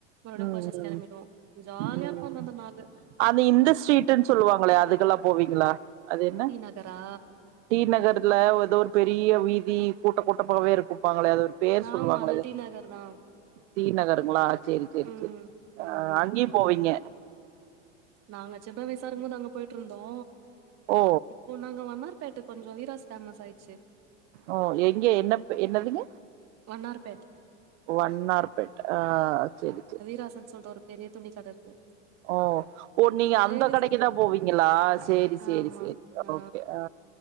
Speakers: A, on the right; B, on the right.
A: மறுபடியு
B: ம்
A: பர்ச்சேஸ்
B: ம்
A: கெளம்பிடுவோ ஜாலியா
B: ம்
A: இருக்கு அந்த அந்த நாளு
B: அது இந்த ஸ்ட்ரீட்டுன் சொல்லுவாங்களே அதுக்கெல்லா போவீங்களா அது என்ன
A: டீ நகரா
B: டீ நகர்ல ஏதோ ஒரு பெரிய வீதி கூட்ட கூட்டமாவே இருக்கும்பாங்களே அது பேர் சொல்லுவாங்லது
A: ஆமா அதா டி நகர் தா
B: டி நகருங்ளா சேரி சேர்
A: ம்
B: சேரி ஆ
A: ம் ம்
B: அங்கியு
A: ம்
B: போவீங்க
A: நாங்க சின்ன வயசா இருக்கும் போது அங்க போய்ட்ருந்தோ
B: ஓ
A: ஓ நாங்க வண்ணார் பேட்ட கொஞ்சோ வீராஸ் ஃபேமஸ் ஆயிர்ச்சு
B: ஓ எங்கே என்னப் என்னதுங்க
A: வண்ணார் பேட்
B: ஓ வண்ணார் பேட்ட ஆ செரி செரி செர்
A: ரசோ <unintelligible> டோரு பெரிய துணி கட இருக்கு
B: ஓ ஓ நீ
A: இப்ப
B: அந்த
A: லேடிஸ்க்கெல்லா
B: கடைக்கு தா போவீங்களா சேரி சேரி
A: ஆமா
B: சேரி
A: ஆ
B: ஓகே ஆ